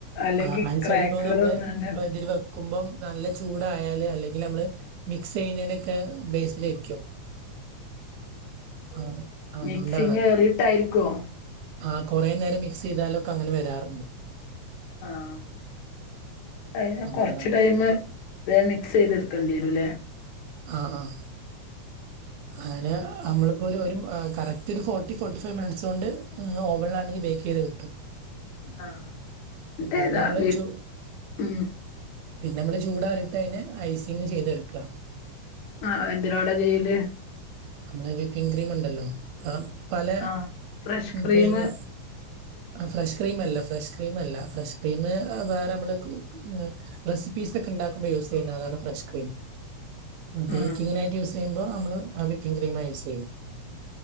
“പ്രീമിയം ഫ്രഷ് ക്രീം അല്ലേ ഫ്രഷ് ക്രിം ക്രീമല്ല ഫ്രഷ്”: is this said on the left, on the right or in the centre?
Right